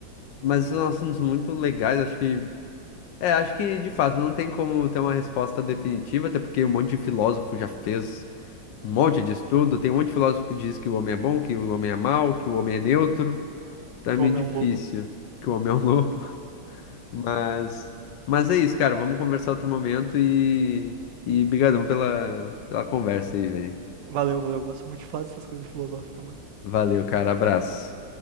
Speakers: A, on the left; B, on the right.
A: mas são assuntos muito legais, acho que. É, acho que de fato não tem como ter uma resposta definitiva, até porque um monte de filósofo já fez Um monte de estudo. Tem um monte de filósofo que diz que o homem é bom, que o homem é mau, que o homem é neutro. Tá
B: Que
A: meio
B: o homem
A: difícil,
B: é um lobo.
A: que o homem é um lobo. <laughs> Mas, mas é isso, cara. Vamos conversar outro momento e, e brigadão pela, pela conversa aí, velho.
B: Valeu, valeu. Eu gosto muito de falar dessas coisas filosóficas, mano.
A: Valeu, cara. Abraço.